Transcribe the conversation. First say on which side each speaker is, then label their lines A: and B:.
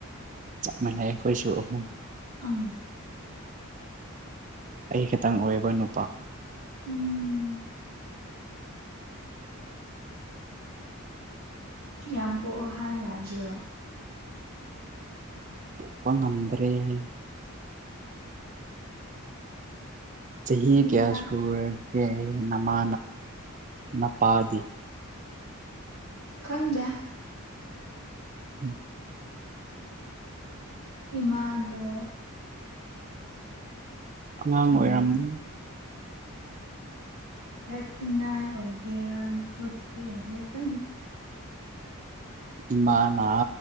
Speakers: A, on the right; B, on the right.
A: ꯆꯞ ꯃꯅꯩ ꯈꯣꯏꯁꯨ ꯑꯍꯨꯝ
B: ꯎꯝ
A: ꯑꯩ ꯈꯤꯇꯪ ꯑꯣꯏꯔꯤꯕ ꯅꯨꯄꯥ
B: ꯎꯝ ꯌꯥꯝ ꯄꯣꯛꯑꯣ ꯍꯥꯏ ꯌꯥꯗ꯭ꯔꯣ
A: ꯄꯣꯛꯄ ꯉꯝꯗ꯭ꯔꯦ ꯍꯥꯏ ꯆꯍꯤ
B: ꯅꯨꯄꯥ
A: ꯀꯌꯥ ꯁꯨꯔꯒꯦ ꯅꯃꯥ ꯅꯄꯥꯗꯤ
B: ꯈꯪꯗꯦ
A: ꯎꯝ
B: ꯏꯃꯥꯗꯣ
A: ꯑꯉꯥꯡ
B: ꯎꯝ
A: ꯑꯣꯏꯔꯝꯅꯤ
B: ꯊꯥꯔꯇꯤ ꯅꯥꯏꯟ ꯑꯣꯏꯒꯦꯔ ꯐꯣꯔꯇꯤ ꯑꯣꯏꯒꯦꯔ ꯈꯪꯗꯦ
A: ꯏꯃꯥꯅ